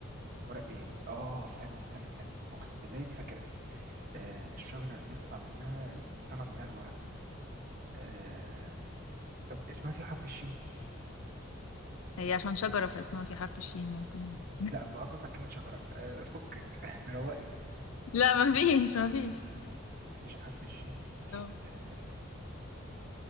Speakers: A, on the right (about 45°); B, on the left (about 80°).
A: ورق ايه؟ اه استني استني استني اقسم بالله دي فاكرة آه الشجرة اللي بيطلع منها اللي بيطلع منها الورق آه طب اسمها في حرف الشين؟
B: هي عشان شجره فاسمها في حرف الشين ممكن <laughs>
A: لا بغض النظر عن كلمة شجرة آه فكك <laughs> روقي
B: لا مفيش مفيش
A: مفيش حرف الشين ماشي
B: اه
A: آه